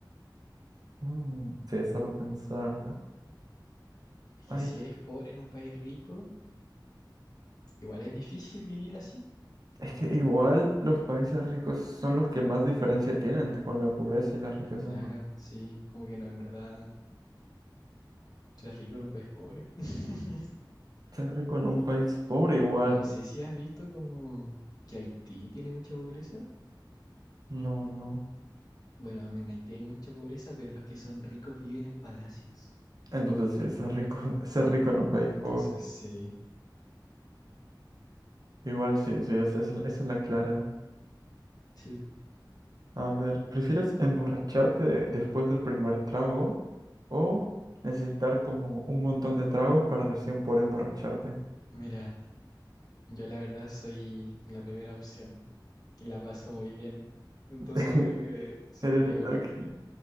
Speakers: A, on the right; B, on the left.
A: mm, sí, está para pensarla.
B: Es
A: Ay,
B: que si eres pobre en un país rico, igual es difícil vivir así.
A: es que igual los países ricos son los que más diferencia tienen de- con la pobreza y la riqueza.
B: Claro, sí, como que no, en verdad, ser rico en un país pobre. <laughs>
A: Ser rico en un país pobre igual,
B: No sé si has visto como que Haití tiene mucha pobreza.
A: no, no.
B: Bueno, en Haití hay mucha pobreza, pero los que son ricos viven en palacios.
A: Entonces sí, ser rico, <laughs> ser rico en un país
B: Entonces,
A: pobre.
B: sí,
A: Igual sí, sí, esa es, la- esa es la clara.
B: sí,
A: A ver, ¿prefieres emborracharte después del primer trago o necesitar como un montón de tragos para recién poder emborracharte?
B: mira, yo la verdad soy la primera opción y la paso muy bien. Entonces
A: <laughs>
B: yo creo que seguiría
A: Eres-
B: con
A: ok.
B: la primera.